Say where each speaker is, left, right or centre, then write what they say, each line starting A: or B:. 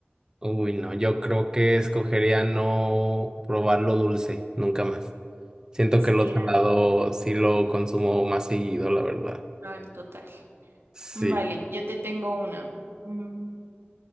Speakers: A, on the right (about 20°); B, on the right (about 75°).
A: Uy, no, yo creo que escogería no probar lo dulce, nunca más. Siento
B: Sí,
A: que lo salado sí lo consumo más seguido, la verdad.
B: al total.
A: Sí,
B: Vale, yo te tengo una. Mm,